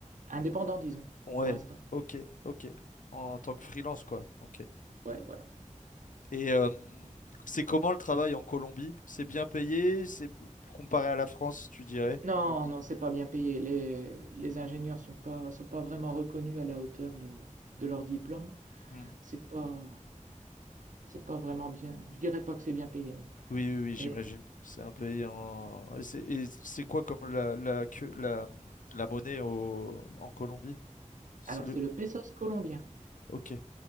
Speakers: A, on the right (about 80°); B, on the left (about 80°).
A: indépendant, disons,
B: Ouais.
A: pour l'instant.
B: Ok. Ok. En tant que freelance, quoi. Ok.
A: Ouais, voilà.
B: Et euh, c'est comment le travail en Colombie? C'est bien payé? C'est comparé à la France, tu dirais?
A: Non, non, c'est pas bien payé. Les, les ingénieurs sont pas, sont pas vraiment reconnus à la hauteur de, de leur diplôme.
B: Hmm.
A: C'est pas, C'est pas vraiment bien. Je dirais pas que c'est bien payé, non.
B: Oui, oui, oui, j'imagine.
A: Et
B: C'est un pays en. Et c'est et c'est quoi comme la, la, que- la, la monnaie au, en Colombie? C'est
A: alors,
B: le.
A: c'est le pesos colombien.
B: Ok.